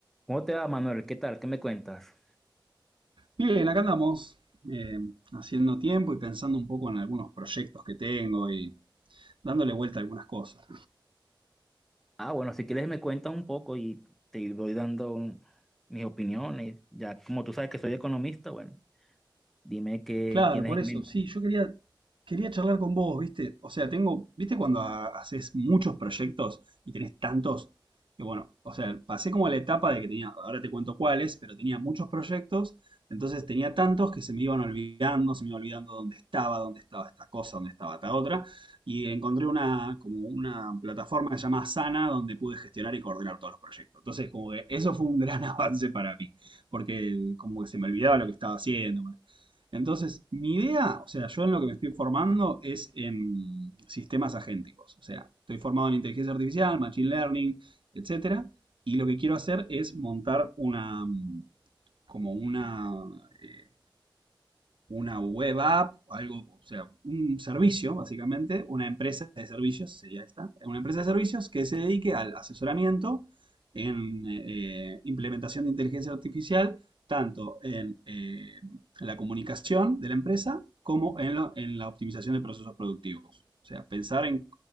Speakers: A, in the centre; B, on the right.
A: ¿Cómo te va, Manuel? ¿Qué tal? ¿Qué me cuentas?
B: Bien, acá andamos eh, haciendo tiempo y pensando un poco en algunos proyectos que tengo y dándole vuelta a algunas cosas.
A: Ah, bueno, si quieres me cuentas un poco y te voy dando un- mis opiniones. Ya como tú sabes que soy economista, bueno, dime qué
B: Claro,
A: tienes
B: por eso,
A: en mente.
B: sí, yo quería, quería charlar con vos, ¿viste? O sea, tengo, ¿viste cuando ha- haces muchos proyectos y tenés tantos? Que bueno, o sea, pasé como la etapa de que tenía, ahora te cuento cuáles, pero tenía muchos proyectos, entonces tenía tantos que se me iban olvidando, se me iba olvidando dónde estaba, dónde estaba esta cosa, dónde estaba esta otra, y encontré una, como una plataforma llamada Sana donde pude gestionar y coordinar todos los proyectos. Entonces, como que eso fue un gran <laughs> avance para mí, porque como que se me olvidaba lo que estaba haciendo. bueno, entonces, mi idea, o sea, yo en lo que me estoy formando es en sistemas agénticos. O sea, estoy formado en inteligencia artificial, machine learning, etcétera. Y lo que quiero hacer es montar una, mm, como una, eh, una web app, algo, o sea, un servicio, básicamente, una empresa de servicios, sería esta, una empresa de servicios que se dedique al asesoramiento en eh, implementación de inteligencia artificial, tanto en, eh, en la comunicación de la empresa como en, lo- en la optimización de procesos productivos. O sea, pensar en